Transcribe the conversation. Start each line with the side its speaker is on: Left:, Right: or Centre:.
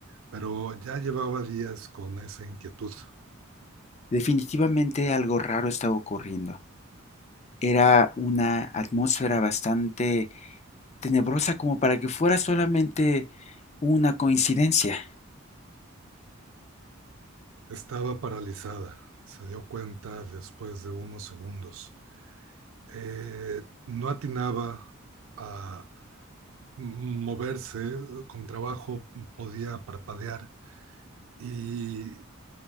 Right: pero ya llevaba días con esa inquietud.
Left: Definitivamente algo raro estaba ocurriendo. Era una atmósfera bastante tenebrosa como para que fuera solamente una coincidencia.
Right: Estaba paralizada, se dio cuenta después de unos segundos. Eh, no atinaba a moverse, con trabajo podía parpadear y eh,